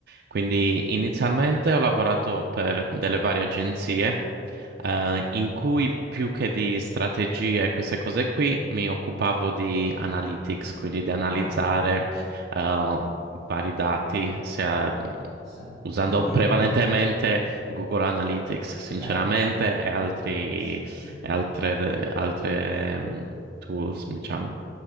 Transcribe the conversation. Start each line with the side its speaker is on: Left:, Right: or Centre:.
Right: Quindi inizialmente ho lavorato per delle varie agenzie, eh, in cui più che di strategie e queste cose qui mi occupavo di analytics, quindi di analizzare,
Centre: Ah,
Right: eh, vari dati, sia
Centre: sì.
Right: usando
Centre: Quindi,
Right: prevalentemente
Centre: ok,
Right: Google Analytics, sinceramente,
Centre: certo.
Right: e altri,
Centre: Sì,
Right: e
Centre: Mm,
Right: altre, altre, mm, tools, diciamo.